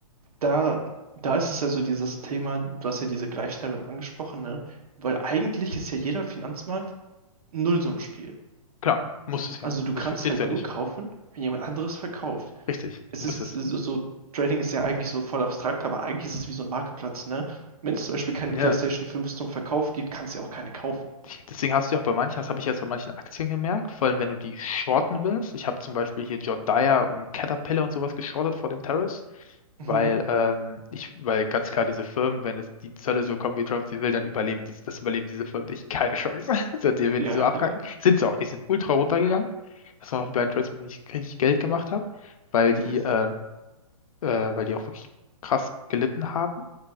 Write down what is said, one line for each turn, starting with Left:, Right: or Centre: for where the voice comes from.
Right: da, da ist es ja so dieses Thema, du hast ja diese Gleichstellung angesprochen, ne? Weil eigentlich ist ja jeder Finanzmarkt ein Nullsummenspiel.
Left: Klar, muss es ja.
Right: Also du
Left: Sonst
Right: kannst
Left: funktioniert
Right: halt
Left: es ja nicht.
Right: nur kaufen, wenn jemand anderes verkauft.
Left: Richtig,
Right: Es
Left: muss
Right: ist
Left: es.
Right: so, so, Trading ist ja eigentlich so voll abstrakt, aber eigentlich ist es wie so ein Marktplatz, ne? Wenn es zum Beispiel keine
Left: Ja.
Right: PlayStation 5 zum Verkauf gibt, kannst du ja auch keine kaufen.
Left: Ich, Deswegen hast du ja auch bei manchen, das habe ich jetzt bei manchen Aktien gemerkt, vor allem wenn du die shorten willst. Ich habe zum Beispiel hier John Deere und Caterpillar und sowas geschortet vor dem Terrace, weil
Right: Mhm.
Left: ähm, ich, weil ganz klar diese Firmen, wenn es die Zölle so kommen, wie Trump sie will, dann überleben diese, das überleben diese Firmen nicht. Keine Chance. <laughs> So, die, wenn
Right: Ja,
Left: die so abkacken,
Right: äh,
Left: sind sie auch. Die sind ultra runtergegangen. Das waren auch die beiden Trades, mit denen ich richtig Geld gemacht habe, weil die,
Right: nice.
Left: ähm, äh, weil die auch wirklich krass gelitten haben.